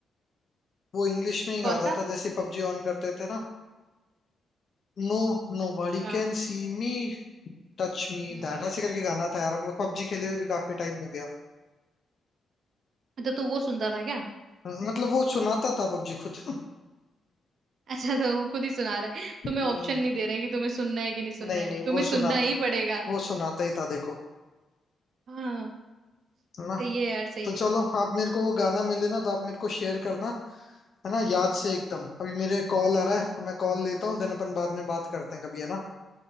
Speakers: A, on the left; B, on the right.
A: वो इंग्लिश में ही
B: कौन
A: गाता
B: सा
A: था जैसे पबजी ऑन करते थे ना No नो
B: अच्छा
A: बॉडी can see me touch me
B: हम्म
A: that ऐसे करके गाना था यार अब पबजी खेले हुए भी काफी टाइम हो गया
B: तो तू वो सुनता था क्या
A: हम्म, मतलब वो सुनाता था पबजी खुद
B: अच्छा तो वो खुद ही सुना रहा है
A: <laughs>
B: तुम्हें
A: हम्म,
B: ऑप्शन नहीं दे रहा है कि तुम्हें सुनना है कि नहीं सुनना
A: नहीं
B: है
A: नहीं
B: तुम्हें
A: वो सुनाता
B: सुनना ही पड़ेगा
A: वो सुनाता ही था देखो
B: हाँ
A: है ना
B: सही है यार सही
A: तो
B: है
A: चलो आप मेरे को वो गाना मिले ना तो आप मेरे को शेयर करना है ना याद
B: हम्म
A: से एकदम अभी मेरे कॉल आ रहा है तो मैं कॉल लेता हूँ देन अपन बाद में बात करते हैं कभी है ना